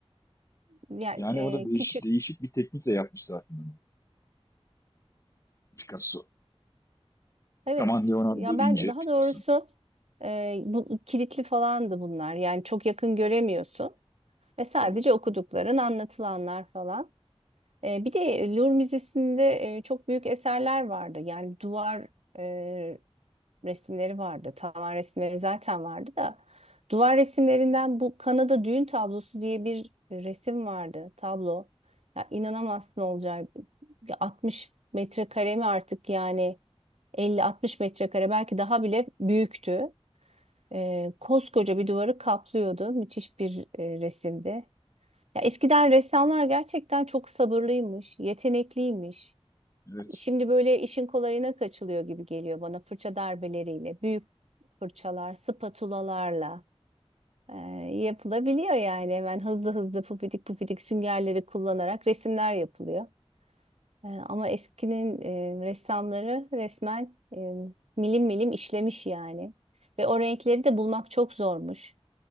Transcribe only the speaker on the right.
Yani
e,
küçük
Evet.
Ya
ben daha
doğrusu e, bu kilitli falandı bunlar. Yani çok yakın göremiyorsun ve sadece
okudukların, anlatılanlar falan. E, bir de Louvre Müzesi'nde e, çok büyük eserler vardı. Yani duvar e, resimleri vardı. Tavan resimleri zaten vardı da duvar resimlerinden bu Kanada düğün tablosu diye bir resim vardı, tablo. Ya inanamazsın Olcay. Ya 60 metrekare mi artık yani? 50-60 metrekare belki daha bile büyüktü. Ee, koskoca bir duvarı kaplıyordu. Müthiş bir e, resimdi. Ya eskiden ressamlar gerçekten çok sabırlıymış, yetenekliymiş.
Şimdi böyle işin kolayına kaçılıyor gibi geliyor bana fırça darbeleriyle, büyük fırçalar, spatulalarla e, yapılabiliyor yani. Hemen hızlı hızlı pufidik pufidik süngerleri kullanarak resimler yapılıyor. E, ama eskinin e, ressamları resmen e, milim milim işlemiş yani. Ve o renkleri de bulmak çok zormuş.